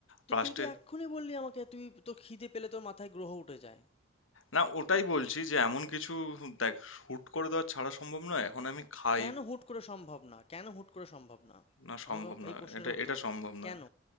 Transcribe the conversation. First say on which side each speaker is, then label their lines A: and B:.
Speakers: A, on the left (about 30°); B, on the left (about 70°).
A: তো
B: ফার্স্টে
A: তুই তো এক্ষুনি বললি আমাকে তুই তোর খিদে পেলে তোর মাথায় গ্রহ উঠে যায়
B: না ওটাই বলছি যে এমন কিছু দেখ হুট করে দেওয়া ছাড়া সম্ভব নয় এখন আমি খাই
A: কেন হুট করে সম্ভব না কেন হুট করে সম্ভব না
B: না সম্ভব
A: আমাকে
B: নয়
A: এই প্রশ্নের
B: এটা
A: উত্তর
B: এটা
A: দে
B: সম্ভব নয়
A: কেন